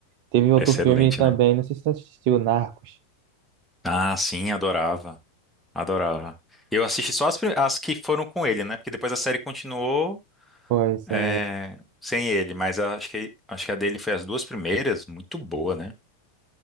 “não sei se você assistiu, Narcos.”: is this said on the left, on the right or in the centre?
Right